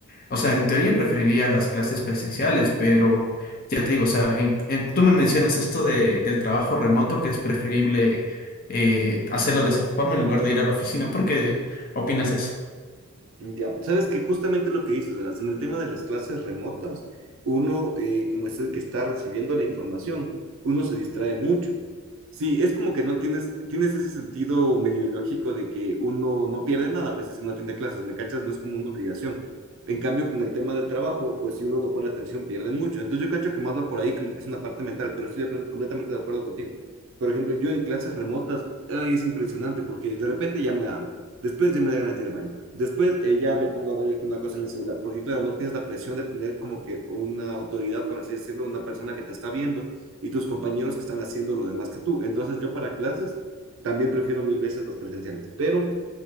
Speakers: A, on the left; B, on the right.
A: o sea, en teoría preferiría las clases presenciales, pero ya te digo, o sea, en- en- tú me mencionas esto de, del trabajo remoto, que es preferible eh, hacerlo de esa forma en lugar de ir a la oficina. ¿Por qué opinas eso?
B: Ya, sabes que justamente lo que dices, ¿verdad? En el tema de las clases remotas, uno, eh, como es el que está recibiendo la información, uno se distrae mucho. Sí, es como que no tienes, tienes ese sentido medio ilógico de que uno no pierde nada, pues es si no atiende clases, ¿me cachas? No es como una obligación. En cambio, con el tema del trabajo, pues si uno no pone atención, pierde mucho. Entonces yo cacho que más va por ahí, como que es una parte mental, pero estoy de plen- completamente de acuerdo contigo. Por ejemplo, yo en clases remotas, ay, es impresionante porque de repente ya me da hambre. Después ya me da ganas de ir al baño. Después eh, ya me pongo a ver una cosa en el celular, porque claro, no tienes la presión de tener como que una autoridad, por así decirlo, una persona que te está viendo y tus compañeros que están haciendo lo demás que tú. Entonces yo para clases también prefiero mil veces las presenciales, pero